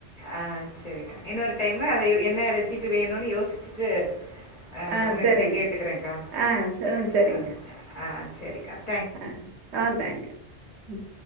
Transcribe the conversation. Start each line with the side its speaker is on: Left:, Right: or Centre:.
Left: ஆஹ சேரிக்கா இன்னொரு டைமு அத என்ன ரெசிபி வேணுன்னு யோசிச்சுட்டு. ஆ,
Right: ஆஹ
Left: உங்ககிட்ட
Right: சேரிங்க
Left: கேட்டுக்கிறேங்க்கா
Right: ஆஹ சேரிங்க.
Left: ஆ, ஆ சேரிக்கா.
Right: ஆஹ ஆஹ தேங்க்யூ. ம்.